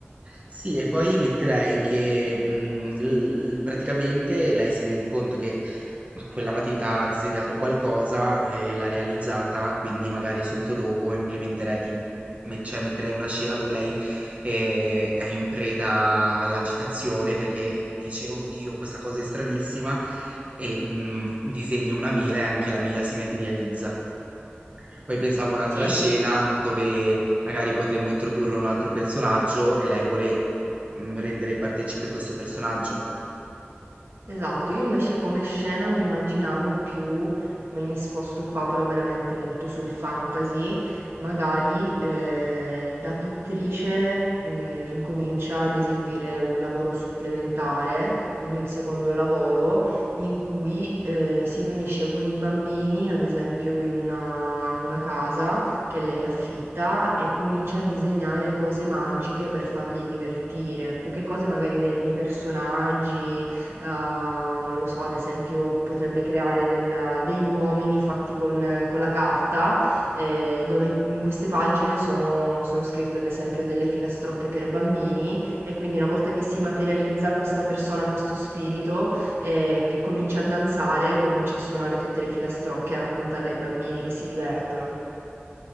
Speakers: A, on the right; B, on the right.
A: Sì, e poi metterei che, mhmm, l l praticamente lei si rende conto che mhmm, quella matita ha disegnato qualcosa e l'ha realizzata, quindi magari subito dopo implementerei imp me cioè metterei una scena dove lei, ehm, è in preda all'agitazione perché dice: "Oddio, questa cosa è stranissima" e, mhmm, disegna una mela e anche la mela si materializza. Poi pensavo a un'altra
B: Sì,
A: scena dove magari potremmo introdurre un altro personaggio e lei vuole mm, rendere partecipe questo personaggio.
B: Esatto, io invece come scena mi immaginavo più, ma mi sposto qua però veramente molto sul fantasy, magari eh, da pittrice mh, incomincia ad eseguire un lavoro supplementare, quindi un secondo lavoro in cui eh, si riunisce con i bambini, ad esempio in una, in una casa che lei affitta e comincia a disegnare cose magiche per farli divertire, più che cose magari de- dei personaggi Uhm, non lo so, ad esempio potrebbe creare del degli uomini fatti con con la carta, ehm, dove in in queste pagine sono sono scritte ad esempio delle filastrocche per bambini e quindi una volta che si materializza questa persona, questo spirito, ehm, che comincia a danzare, comincia a suonare tutte le filastrocche, a raccontarle ai bambini che si divertono.